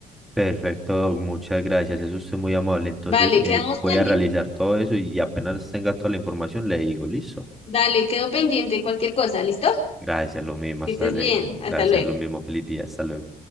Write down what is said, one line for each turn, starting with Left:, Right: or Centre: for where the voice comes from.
Centre: Perfecto, Doc, muchas gracias. Eso usted muy amable. Entonces,
Left: Vale,
Centre: eh,
Left: quedamos
Centre: voy
Left: pendientes.
Centre: a realizar todo eso y apenas tenga toda la información, le digo, listo.
Left: Dale, quedo pendiente cualquier cosa, ¿listo?
Centre: Gracias, lo mismo,
Left: Que
Centre: hasta
Left: estés
Centre: le-
Left: bien. Hasta
Centre: Gracias,
Left: luego.
Centre: lo mismo. Feliz día, hasta luego.